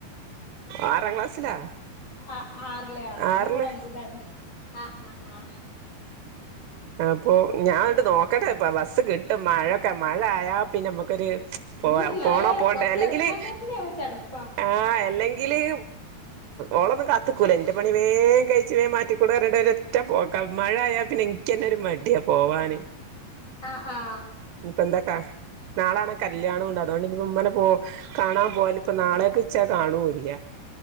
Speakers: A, on the right; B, on the left.
A: ആറാം ക്ലാസ്സിലാ
B: അഹ് ആറില് ഇനി
A: ആറില്
B: ഇവള് അഞ്ചിലാണ് ആഹ് ആഹ് ആഹ്
A: അപ്പൊ
B: ആഹ്
A: ഞാനട്ട് നോക്കട്ടെ ഇപ്പ ബസ്സ് കിട്ടും മഴൊക്കെ മഴ ആയാ പിന്നെ നമ്മുക്കൊരു പോവാ
B: ഉം
A: പോണോ
B: അയാളെ
A: പോണ്ടേ
B: പൊറത്തെറങ്ങാൻ
A: അല്ലെങ്കില്
B: തന്നെ ചടപ്പാ
A: ആഹ് എല്ലെങ്കില് <unintelligible> ഓളൊന്നും കാത്ത്ക്കൂല എൻ്റെ പണി വേഗം കഴിച്ച് വേഗം മാറ്റിക്കൊട് <unintelligible> ഒറ്റ പോക്കാ മഴ ആയാ പിന്നെ ഇൻക്കന്നെ ഒരു മടിയാ പോവാന്
B: ആഹ് ആഹ്
A: ഇപ്പൊ എന്താക്കാ നാളാണെ കല്യാണം ഉണ്ട് അതുകൊണ്ട് ഇനിപ്പ ഉമ്മനെ പൊ കാണാൻ പോവാല് ഇപ്പം നാളേ‌ക്കിച്ചാ കാണൂ ഇല്ല